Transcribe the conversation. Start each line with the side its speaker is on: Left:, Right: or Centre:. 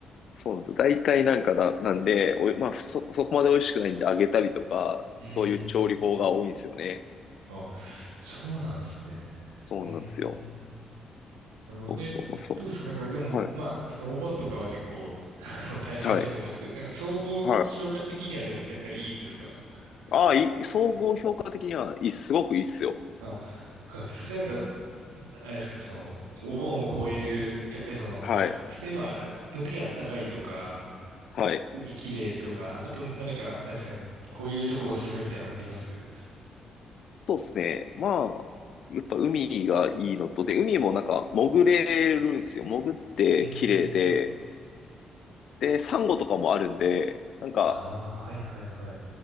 Left: そうなんですよ。大体なんかだ、なんで、おい、まあ、そ、そこまで美味しくないんで揚げたりとか、
Right: うーん。
Left: そういう調理法が多いんですよね。
Right: あ、そうなんですね。
Left: そうなんですよ。
Right: うーん。なるほど。
Left: そうそう、
Right: え、
Left: そ
Right: どうですかなんかでも、
Left: う。はい、
Right: まあ、そのお盆とかは結構、あの、大変かと思うんですけど、
Left: はい、
Right: なんか総合評価的にはでもやっぱりいいんですか
Left: はい。ああ、いい、総合評価的には、いい、すごくいいっすよ。
Right: あ、はい。そそれなんか、あれですかね、その、お盆を超える、やっぱりその、
Left: はい、
Right: あ、普通にまあ、基本的にあったかいとか、
Left: はい。
Right: 海きれいとか、あと何か、何ですかね、こういうとこおすすめみたいなのありますう
Left: そうですね。まあ、やっぱ海がいいのと、で、海もなんか潜れるんですよ。潜って綺麗で、
Right: ーん。
Left: で、サンゴとかもあるんで、なんか、
Right: ああ、はいはいはい。